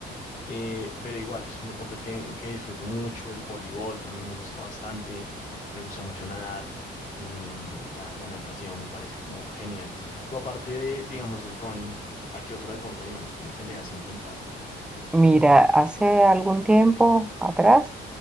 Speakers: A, on the left; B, in the centre.
A: Eh, pero igual, es un deporte que, que disfruto mucho, el voleibol también me gusta bastante, me gusta mucho nadar, eh, la, la natación me parece como genial. Tú aparte de, digamos, del running, ¿a qué otro deporte, digamos, como que le has intentado?
B: Mira, hace algún tiempo atrás,